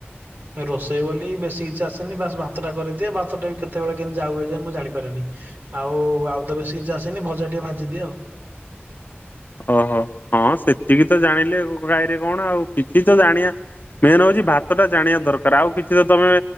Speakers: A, on the right (about 50°); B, on the left (about 45°).
A: ରୋଷେଇ ବୋଲି ବେଶୀ କିଛି ଆସେନି ବାସ୍ ଭାତ ଟା କରିଦିଏ ଭାତଟା ବି କେତେବେଳେ କେମିତି ଯାଉ ହେଇଯାଏ ଯେ ମୁଁ ଜାଣିପାରିନି। ଆଉ ଆଉ ତ ବେଶୀ କିଛି ଆସେନି ଭଜା ଟିକେ ଭାଜିଦିଏ ଆଉ
B: ଓହୋ ହଁ ସେତିକି ତ ଜାଣିଲେ କାହିଁରେ କଣ ଆଉ କିଛି ତ ଜଣିଆ ମେନ୍ ହଉଛି ଭାତ ଟା ଜାଣିବା ଦରକାରେ ଆଉ କିଛି ତ ତମେ